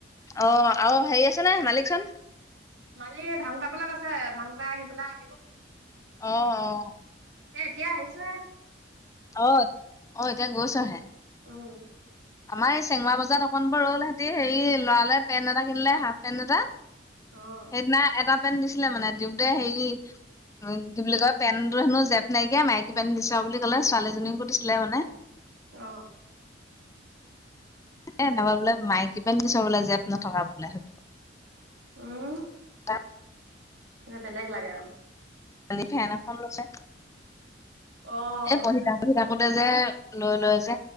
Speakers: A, on the left; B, on the right.
A: অ আৰু হেৰি আছে নে মালিক চন।
B: মালিক ধাং কোতাবলে গৈছে দাং কোটাই আহি পেলাই আহিব।
A: অ অ
B: এ এতিয়া আহিছো হে।
A: অ অ এতিয়া গৈছ হে।
B: উম।
A: আমাৰ এই চেঙমৱা বজাৰ অকণ বোৰ ৰল হেঁতি হেৰি লৰালে পেণ্ট এটা কিনিলে হাফ পেণ্ট এটা।
B: অ',
A: সেইদিনা এটা পেণ্ট দিছিলে মানে দিওঁতে সেই উ কি বুলি কয় পেন্টো হেনো জেপ নাইকিয়া মাইকী পেন্ট দিছা বুলি ক'লে ছোৱালীজনীকো দিছিলে মানে।
B: অ
A: এ নেবা বোলে মাইকি পেন্ট দিছ বোলে জেপ নথকা বোলে সেইটো।
B: উম
A: <unintelligible>
B: বেলেগ লাগে আও
A: খালি ফেন এখন ল'লে
B: অ',
A: এই বহি বহি থাকোতে যে লৈ লয় যে